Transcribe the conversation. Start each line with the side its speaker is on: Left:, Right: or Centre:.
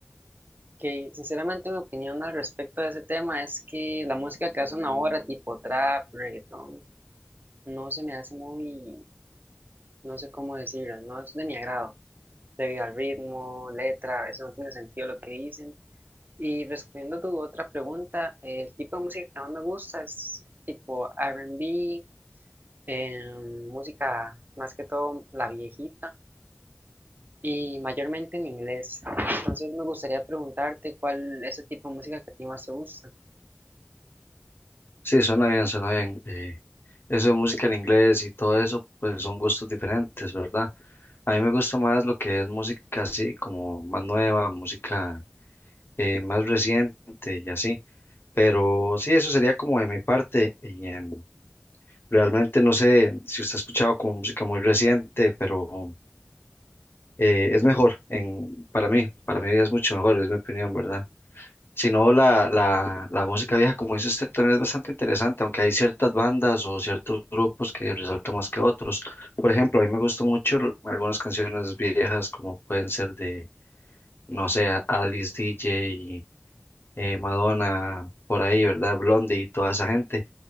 Right: que sinceramente mi opinión al respecto de ese tema es que la música que hacen ahora, tipo trap, reggaetón, no se me hace muy, no sé cómo decirlo, no es de mi agrado, debido al ritmo, letra, a veces no tiene sentido lo que dicen. Y respondiendo a tu otra pregunta, el tipo de música que más me gusta es tipo R&B, em, música más que todo la viejita y mayormente en inglés. Entonces me gustaría preguntarte cuál es el tipo de música que a ti más te gusta.
Left: Sí, suena bien, suena bien. eh, eso de música en inglés y todo eso, pues son gustos diferentes, ¿verdad? A mí me gusta más lo que es música así, como más nueva, música eh, más reciente y así. Pero sí, eso sería como de mi parte. y, em, realmente no sé si usted ha escuchado como música muy reciente, pero eh, es mejor en, para mí, para mí es mucho mejor, es mi opinión, ¿verdad? Si no, la, la, la música vieja, como dice usted, también es bastante interesante, aunque hay ciertas bandas o ciertos grupos que resaltan más que otros. Por ejemplo, a mí me gustan mucho l- algunas canciones viejas, como pueden ser de, no sé, Alice DJ eh, Madonna, por ahí, ¿verdad? Blondie y toda esa gente.